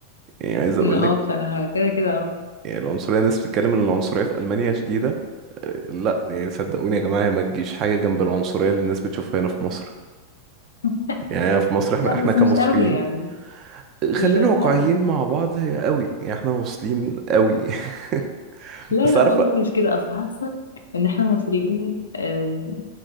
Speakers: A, on the right; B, on the left.
A: يعني عايز أقول
B: ان اه
A: لك
B: فانا كده كده اه
A: يعني العنصرية الناس بتتكلم ان العنصرية في ألمانيا شديدة آه، لا يعني صدقوني يا جماعة هي ما تجيش حاجة جنب العنصرية اللي الناس بتشوفها هنا في مصر
B: <laughs>
A: يعني في مصر احنا
B: لا
A: احنا
B: بس
A: كمصريين
B: مش قوي يعني
A: آه، خلينا
B: للمسائل
A: واقعيين مع بعض هي قوي يعني احنا واصلين قوي <laughs>
B: لا
A: بس
B: لا
A: عارفة
B: والله مش كده اصل حاسه ان احنا مصريين آه،